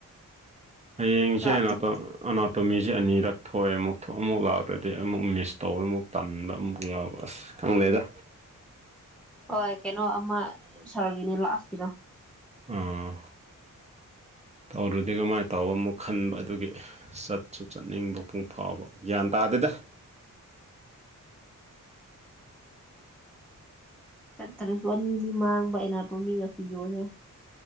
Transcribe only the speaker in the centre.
ꯆꯥꯛꯇꯤ
ꯍꯣꯏ ꯀꯩꯅꯣ ꯑꯃ ꯁꯥꯔꯒꯤꯅꯦ ꯂꯥꯁ ꯀꯤꯗꯣ
ꯆꯠꯇ꯭ꯔꯁꯨ ꯑꯅꯤ ꯑꯅꯤ ꯃꯥꯡꯕ ꯑꯦꯅꯥꯇꯣꯃꯤꯒ ꯐꯤꯖꯣꯁꯦ